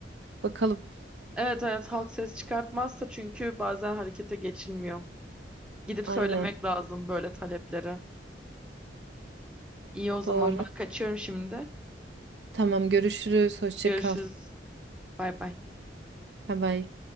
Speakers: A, on the right (about 70°); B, in the centre.
A: Bakalım.
B: Evet evet halk ses çıkartmazsa çünkü bazen harekete geçilmiyor. Gidip
A: Aynen
B: söylemek lazım böyle talepleri. İyi o zaman
A: doğru.
B: ben kaçıyorum şimdi.
A: Tamam görüşürüz. Hoşça
B: Görüşürüz.
A: kal.
B: Bay bay.
A: Bye bye.